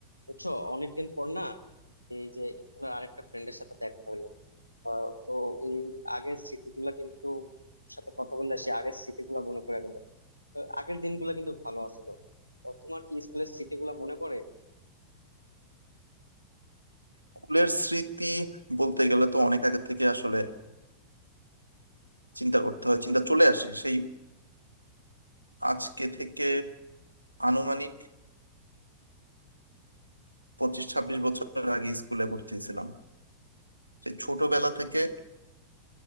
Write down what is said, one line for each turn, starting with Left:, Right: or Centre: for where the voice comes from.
Left: বুঝছো অনেকদিন পর না এই যে স্কুলের আরেকটা ফ্রেন্ডের সাথে দেখা হলো আহ, তো এই আগের স্মৃতিগুলো কিন্তু ওর সাথে কথা বললে সে আগের স্মৃতিগুলো মনে পড়ে গেল তো আগের দিনগুলো কিন্তু ভালো আছিল তো তোমার কি স্কুলের স্মৃতিগুলো মনে পড়ে
Right: স্কুলের স্মৃতি বলতে গেলে তো অনেক আগে থেকে আসলে চিন্তা করতে হয় চিন্তা চলে আসে সেই আজকে থেকে আনুমানিক পঁচিশ ছাব্বিশ বছর আগে স্কুলে ভর্তি হয়েছিলাম সেই ছোটবেলা থেকে